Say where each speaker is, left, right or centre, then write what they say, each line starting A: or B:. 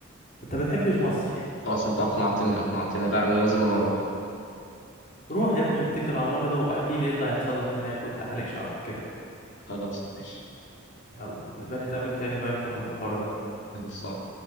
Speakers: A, on the left (about 40°); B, on the left (about 60°).
A: انت بتحبش مصر
B: خلاص أنت أقنعتني أقنعتني لا أنا لازم أنا أروح
A: روح يا ابني واتكل على الله كده وابقى احكي لي ايه اللي هيحصل لك هناك وانت حالق شعرك كده
B: خلاص ماشي
A: يلا نبقى نتقابل تاني بقى نكمل الحوار ده
B: خلاص